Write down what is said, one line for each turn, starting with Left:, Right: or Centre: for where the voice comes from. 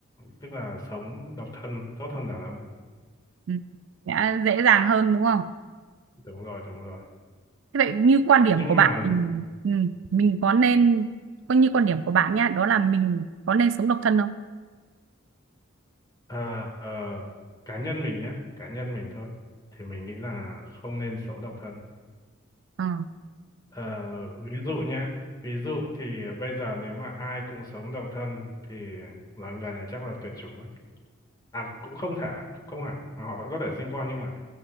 Left: tức là sống độc thân tốt hơn đàn ông
Right: ừ, sẽ dễ dàng hơn đúng không?
Left: đúng rồi đúng rồi
Right: Thế vậy như quan điểm
Left: nhưng
Right: của
Left: mà
Right: bạn thì ừ, mình có nên coi như quan điểm của bạn nhá, đó là mình có nên sống độc thân không?
Left: ờ, ờ, cá nhân mình nhé cá nhân mình thôi thì mình nghĩ là không nên sống độc thân
Right: Ờ,
Left: Ờ, ví dụ nhá, ví dụ thì bây giờ nếu mà ai cũng sống độc thân thì loài người này chắc là tuyệt chủng mất. À cũng không thể, cũng không hẳn, mà họ vẫn có thể sinh con nhưng mà